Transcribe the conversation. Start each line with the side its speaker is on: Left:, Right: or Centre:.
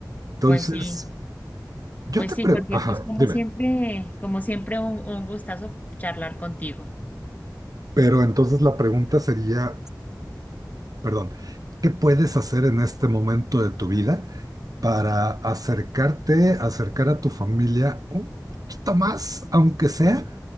Right: Entonces,
Left: Pues sí,
Right: yo
Left: pues
Right: te
Left: sí,
Right: pregunto,
Left: porque
Right: ajá,
Left: pues como
Right: dime,
Left: siempre, como siempre un, un gustazo charlar contigo.
Right: pero entonces la pregunta sería... perdón, ¿qué puedes hacer en este momento de tu vida para acercarte, acercar a tu familia un poquito más, aunque sea,